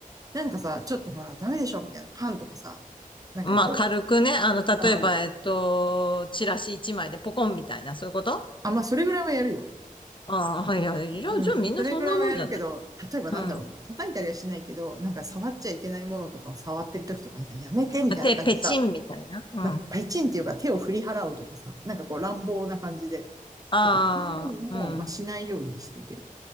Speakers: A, on the right; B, on the left.
A: なんかさ、ちょっとほら、ダメでしょみたいな、パンとかさ、なんかこ
B: まあ軽くね、あの、例えば、
A: う、うん、
B: えっと、チラシ1枚でポコンみたいな、そういうこと
A: あ、まあ、それぐらいはやるよ。
B: ああ、いや、じゃあ、
A: うん、
B: じゃあみんなそんなもんじゃない
A: それぐらいはやるけど、例えばなんだろうな、
B: うん。
A: 叩いたりはしないけど、なんか触っちゃいけないものとかを触ってる時とかにさ、やめてみたいな感じでさ、
B: あ、て、ペチンみたいな。うん。
A: なんかペチンっていうか手を振り払うとかさ、なんかこう乱暴な感じで、
B: ああ、
A: とか、そういうのも、
B: うん。
A: まあ、
B: うん、
A: しないようにしてて。